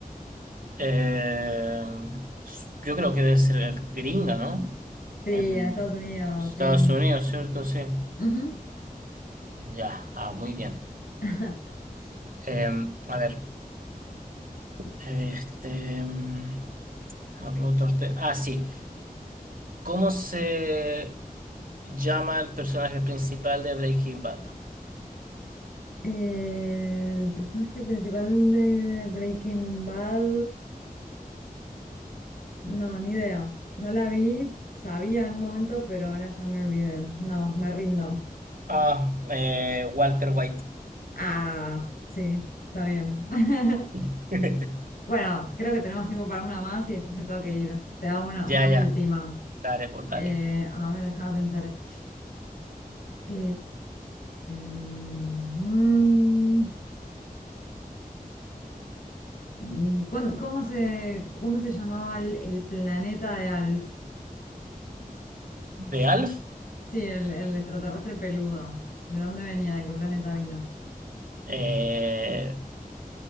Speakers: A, on the right (about 65°); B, on the left (about 70°).
A: Em, yo creo que debe ser gringa, ¿no?
B: Sí,
A: En
B: en Estados Unidos,
A: Estados
B: bien.
A: Unidos, ¿cierto? Sí.
B: Ujú.
A: Ya, ah, muy bien.
B: <laughs>
A: Em, a ver, este, em, a preguntarte, ah, sí, ¿cómo se llama el personaje principal de Breaking Bad?
B: Eh, el personaje principal de Breaking Bad. No, ni idea. No la vi, sabía en un momento, pero ahora ya me olvidé. No, me rindo.
A: Ah, eh, Walter White.
B: Ah, sí, está bien. <laughs>
A: <laughs>
B: Bueno, creo que tenemos tiempo para una más y después me tengo que ir. Te hago una,
A: Ya,
B: una
A: ya,
B: última.
A: dale, por dale.
B: Eh, a ver, déjame pensar. Eh, mm, mm, ¿cuándo- cómo se, cómo se llamaba el, el planeta de Alf?
A: ¿De Alf?
B: Sí, el, el extraterrestre peludo. ¿De dónde venía? ¿De qué planeta vino?
A: Eh,